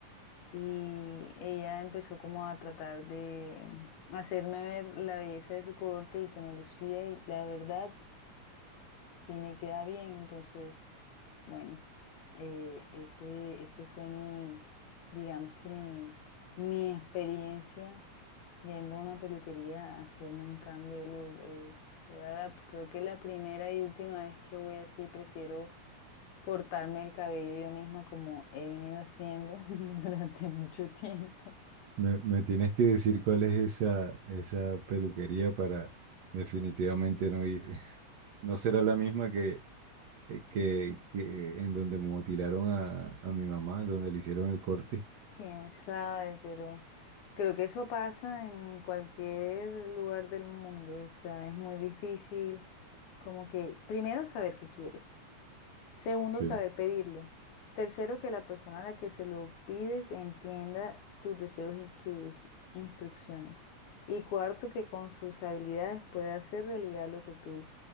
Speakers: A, on the left; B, on the right.
A: Y ella empezó como a tratar de mm, hacerme ver la belleza de su corte y que me lucía y la verdad sí me queda bien, entonces, bueno, eh, ese, ese fue mi, digamos que mi, mi experiencia yendo a una peluquería a hacerme un cambio de look. eh, era la, creo que la primera y última vez que voy así, prefiero cortarme el cabello yo misma como he venido haciendo <laughs> durante mucho tiempo.
B: me, me tienes que decir cuál es esa, esa peluquería para definitivamente no ir. <laughs> No será la misma que, eh, que, que en donde mutilaron a, a mi mamá, donde le hicieron el corte.
A: Quién sabe, pero creo que eso pasa en cualquier lugar del mundo. O sea, es muy difícil como que, primero, saber qué quieres. Segundo,
B: Sí,
A: saber pedirlo. Tercero, que la persona a la que se lo pides entienda tus deseos y tus instrucciones. Y cuarto, que con sus habilidades pueda hacer realidad lo que tú